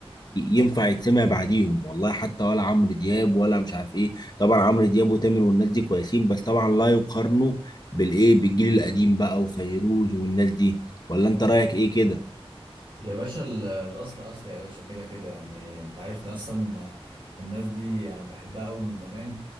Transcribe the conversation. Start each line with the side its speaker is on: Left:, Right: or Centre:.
Left: ينفع يتسمع بعديهم والله حتى ولا عمرو دياب ولا مش عارف إيه طبعا عمرو دياب وتامر والناس دي كويسين بس طبعا لا يقارنوا بالايه بالجيل القديم بقى وفيروز والناس دي ولا انت رايك ايه كده
Right: يا باشا ال- الأصل أصل يا باشا كده كده يعني أنت عارف ده أصلا الناس دي أنا بحبها أوي من زمان